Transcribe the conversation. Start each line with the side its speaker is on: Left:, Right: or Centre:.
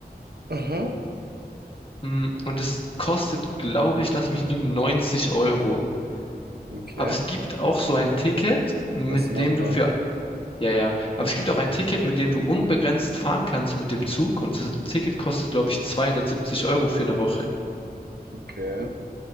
Right: Aha.
Left: Mm, Und es kostet, glaube ich, lass mich lügen, 90 Euro.
Right: Okay,
Left: Aber es gibt auch so ein Ticket, mit
Right: das ist machbar.
Left: dem du für Ja, ja.
Right: Mhm,
Left: Aber es gibt auch ein Ticket, mit dem du unbegrenzt fahren kannst mit dem Zug. Und das Ticket kostet, glaube ich, 270 Euro für eine Woche.
Right: okay,